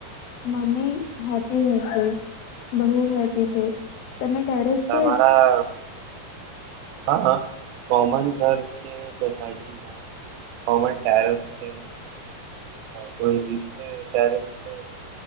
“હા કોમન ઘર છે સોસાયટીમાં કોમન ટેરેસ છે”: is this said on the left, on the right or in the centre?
Right